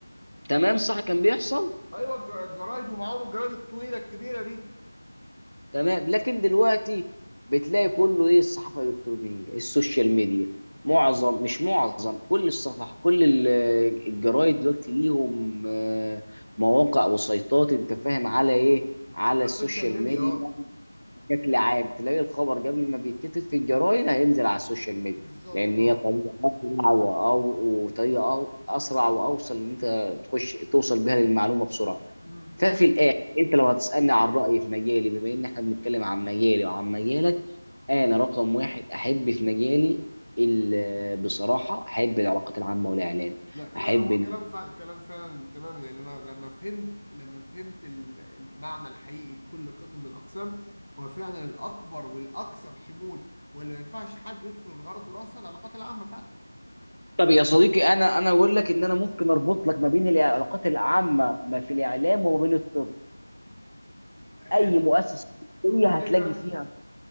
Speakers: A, on the left; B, on the left.
A: تمام صح كان بيحصل
B: ايوه الج- الجرايد ومعاهم الجرايد الطويله الكبيره دي
A: تمام لكن دلوقتي بتلاقي كله ايه الصحافه الالكترونيه السوشيال ميديا معظم مش معظم كل الصفحه كل ال- الجرايد دلوقتي ليهم آه، مواقع وسيطات انت فاهم على ايه على
B: على
A: السوشيال
B: السوشيال ميديا
A: ميديا
B: اه
A: بشكل عام تلاقي الخبر قبل ما بيتكتب في الجرايد هينزل على السوشيال ميديا
B: بالظبط
A: لان
B: اه
A: هي طريقه اسرع وأو- وطريقه أو- اسرع واوصل ان انت تخش توصل بها للمعلومه بسرعه
B: امم
A: ففي الاخر انت لو هتسالني عن رايي في مجالي بما ان احنا بنتكلم عن مجالي وعن مجالك انا رقم واحد احب في مجالي ال- بصراحه احب العلاقات العامه والاعلان
B: لا كلام
A: احب
B: هو
A: ان
B: كلام فعلا كلام فعلا تمام لان انا لما فهمت لما فهمت ال- المعنى الحقيقي لكل قسم من الاقسام هو فعلا الاكبر والاكثر شمول واللي ما ينفعش حد يدخل من غير الدراسه العلاقات العامه فعلا
A: طب يا صديقي انا انا اقول لك ان انا ممكن اربط لك ما بين العلاقات العامه ما في الاعلام وما بين الطب
B: يعني
A: اي مؤسسه طبيه
B: ازاي
A: هتلاقي
B: بقى؟
A: فيها